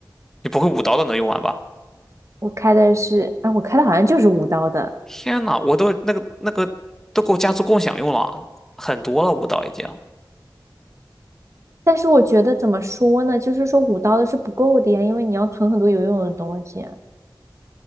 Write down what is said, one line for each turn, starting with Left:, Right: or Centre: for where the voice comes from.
Centre: 你不会五刀的能用完吧？
Right: 我开的是，啊，我开的好像就是五刀的，
Centre: 天呐，我都那个那个都够家族共享用了，很多了，五刀已经。
Right: 但是我觉得怎么说呢，就是说五刀的是不够的呀，因为你要存很多有用的东西啊